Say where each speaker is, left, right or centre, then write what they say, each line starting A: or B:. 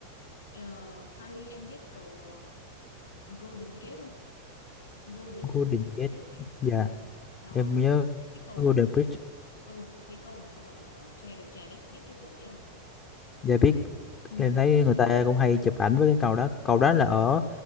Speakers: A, on the left; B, on the left.
A: ờ, Cali em biết cầu ờ, Golden Gate không Golden
B: Golden Gate.
A: Bridge
B: Dạ,
A: đó
B: em nhớ
A: cái cầu
B: Golden
A: mà nó
B: Bridge.
A: đỏ ừ cái cầu mà nó đỏ đỏ chòe đỏ chòe đấy biết cái cầu đấy không
B: Dạ biết
A: ừ.
B: em thấy người ta cũng hay chụp ảnh với cái cầu đó. Cầu đó là ở